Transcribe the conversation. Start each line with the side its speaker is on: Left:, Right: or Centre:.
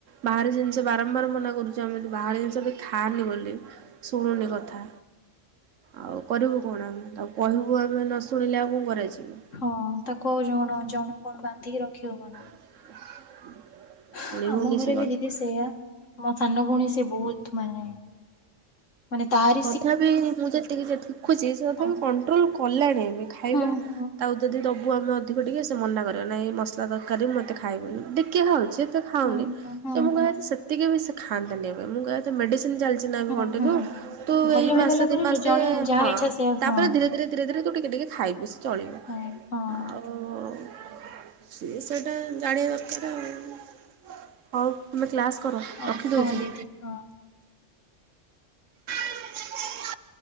Right: ବାହାର
Left: ହୁଁ।
Right: ଜିନିଷ ବାରମ୍ବାର ମନା କରୁ ଯେମିତି ବାହାର ଜିନିଷ ବି ଖାଆନି ବୋଲି ଶୁଣୁନି କଥା ଆଉ। କରିବୁ କଣା ତାକୁ କହିବୁ ଆମେ ନ ଶୁଣିଲେ ଆଉ କଣ କରାଯିବ।
Left: ହଁ ତାକୁ ଜଣ ଜଣକୁ କଣ ବାନ୍ଧିକି ରଖିହବନା।
Right: <unintelligible>
Left: <unintelligible>
Right: ଶୁଣିବୁନି
Left: ଆମ ଘରେ
Right: ସେ କଥା।
Left: ବି ଦିଦି ସେୟା ମୋ ସାନ ଭଉଣୀ ସେ ବହୁତ୍ ମାନେ। ମାନେ ତାହାରି
Right: ତଥାପି ମୁଁ ଯେତିକି ଦେଖୁଛି ସେ ତଥାପି
Left: ହଁ
Right: କଣ୍ଟ୍ରୋଲ୍ କଲାଣି ଖାଇବା।
Left: ହୁଁ ହୁଁ
Right: ତାଉ। ଯଦି ଦବୁ ଆମେ ଅଧିକ ଟିକେ ସେ ମନା କରିବ ନାହିଁ ମସଲା ତକାରୀ ମୋତେ ଖାଇବିନି ଟିକେ ଧରୁଚି। ଏତେ ଖାଉନି
Left: ହୁଁ ହୁଁ ହୁଁ
Right: ତମୁ
Left: ହୁଁ
Right: କଇଆ ସେତିକି ବି ସେ ଖାଆନ୍ତାନି ମୁଁ ମେଡିସିନ୍ ଚାଲ ଦିନେ
Left: ହୁଁ
Right: କଣ୍ଟିଲୁ
Left: ହୁଁ ହୁଁ
Right: ତୁ
Left: ଭଲ
Right: ଏଇ
Left: ହେଇଗଲା
Right: ମାସ ଦି
Left: ପରେ
Right: ମାସେ
Left: କି ଜଣେ ଯାହା
Right: ହଁ
Left: ଇଚ୍ଛା ସେ
Right: ତାପରେ
Left: ହଁ
Right: ଧିର୍ ଧୀରେ ଧୀରେ ଧୀରେ ଧୀରେ ତୁ ଟିକେ ଟିକେ ଖାଇବୁ ସେ ଚଳିବ
Left: ହଁ ହଁ
Right: ଆଉ। ସିଏ ସେଟା ଜାଣିବା ଦରକାର ଆଉ। ହଉ ତୁମେ କ୍ଲାସ୍ କର
Left: ହଁ
Right: ରଖିଦଉଚି।
Left: ହଁ ଦିଦି ହଁ।
Right: <unintelligible>